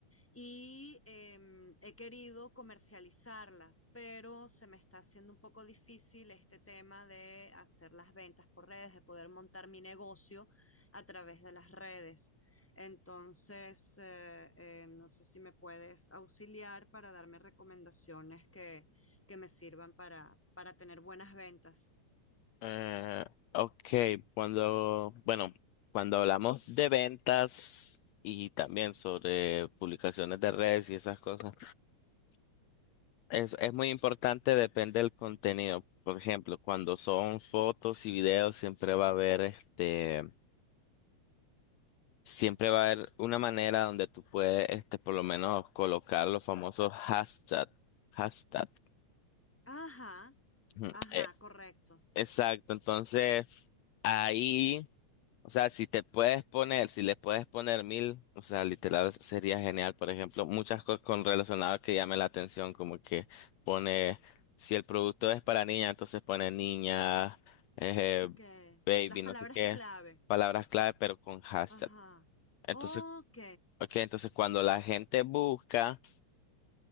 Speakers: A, in the centre; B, on the left.
A: y em, he querido comercializarlas, pero se me está haciendo un poco difícil este tema de hacer las ventas por redes, de poder montar mi negocio a través de las redes. Entonces, eh, eh, no sé si me puedes auxiliar para darme recomendaciones que, que me sirvan para, para tener buenas ventas.
B: Eh, ok, cuando, bueno, cuando hablamos de ventas y también sobre publicaciones de redes y esas cosas, es, es muy importante, depende del contenido. Por ejemplo, cuando son fotos y videos, siempre va a haber este. Siempre va a haber una manera donde tú puedes, este, por lo menos colocar los famosos hashtag, hashtag.
A: Ajá,
B: Ujú,
A: ajá,
B: eh,
A: correcto.
B: exacto, entonces ahí, o sea, si te puedes poner, si le puedes poner mil, o sea, literal sería genial. Por ejemplo, muchas cosas con relacionadas que llamen la atención, como que pone, si el producto es para niña, entonces pone niña, eh,
A: Ok.
B: baby,
A: Las palabras
B: no sé qué,
A: clave.
B: palabras clave, pero con hashtag.
A: Ajá.
B: Entonces
A: Ok.
B: Ok, entonces cuando la gente busca